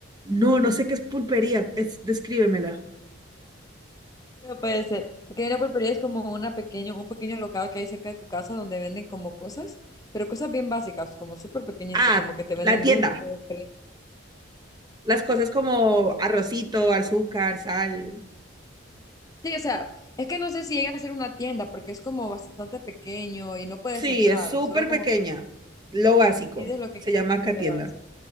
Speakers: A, on the right (about 20°); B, on the left (about 20°).
A: No, no sé qué es pulpería, es, descríbemela.
B: No puede ser. Porque una pulpería es como una pequeño, un pequeño local que hay cerca de tu casa donde venden como cosas, pero cosas bien básicas, como súper pequeñito,
A: Ah,
B: como que te venden
A: la tienda.
B: dulces. fres-
A: Las cosas como arrocito, azúcar, sal.
B: Sí, o sea, es que no sé si llega a ser una tienda porque es como bastante pequeño y no puedes
A: Sí,
B: entrar,
A: es súper
B: solo como
A: pequeña. Lo básico.
B: pides lo que
A: Se llama acá
B: te
A: tienda.
B: vas.